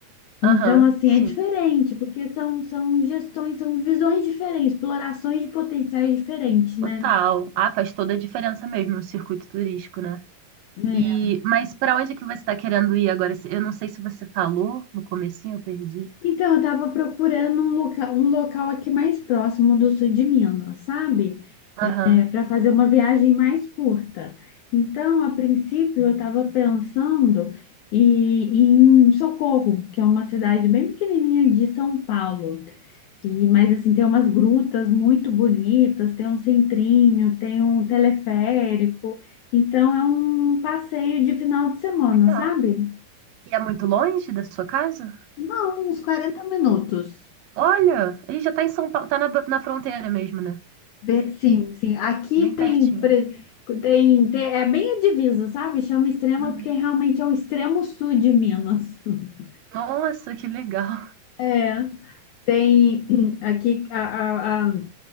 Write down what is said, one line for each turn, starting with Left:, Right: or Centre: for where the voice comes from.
Left: Então,
Right: Aham,
Left: assim,
Right: sim.
Left: é diferente, porque são, são gestões, são visões diferentes, explorações de potenciais diferentes, né?
Right: Total. Ah, faz toda a diferença mesmo no circuito turístico, né?
Left: É.
Right: E, mas para onde é que você está querendo ir agora? Eu não sei se você falou no comecinho, eu perdi.
Left: Então, eu tava procurando um local, um local aqui mais próximo do sul de Minas, sabe?
Right: Aham,
Left: É, para fazer uma viagem mais curta. Então, a princípio, eu estava pensando e- em Socorro, que é uma cidade bem pequenininha de São Paulo. E, mas, assim, tem umas grutas muito bonitas, tem um centrinho, tem um teleférico. Então, é um passeio de final de semana,
Right: Legal.
Left: sabe?
Right: E é muito longe da sua casa?
Left: Não, uns 40 minutos.
Right: Olha, ele já tá em São Paulo, tá na, na fronteira mesmo, né?
Left: Be- Sim, sim. Aqui
Right: Bem
Left: tem,
Right: pertinho.
Left: pre- tem, tem- é bem a divisa, sabe? Chama extrema
Right: Uhum.
Left: porque realmente é o extremo sul de Minas. <laughs>
Right: Nossa, que legal.
Left: É, tem hum, aqui a, a, a,